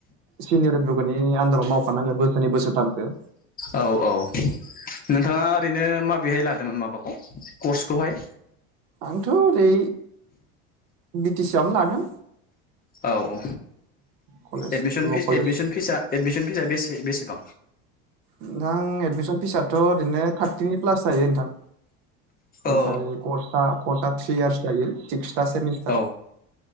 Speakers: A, on the right; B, on the left.
A: सिनियर लोगोनि नि आन्दाराव मावफानांगोन बोसोरनै बोसोरथामसो
B: औ औ नोंथाङा ओरैनो माबेहाय लादों मोन माबाखौ कर्सखौहाय
A: आंथ ओरै बिटि सि आवनो लादों
B: औऔ
A: कलेज
B: एडमिसन
A: ल'
B: फिस
A: कलेज
B: एडमिसन फिसा एडमिसन फिसा बेसे बेसे बेसेबां
A: नोंथां एडमिसन फिसाथ ओरैनो थार्टिनि प्लास जायो नोंथां। ओमफ्राय
B: औ
A: कर्सआ कर्सआ थ्रि इयार्स जायोल सिक्सथा सेमिस
B: औ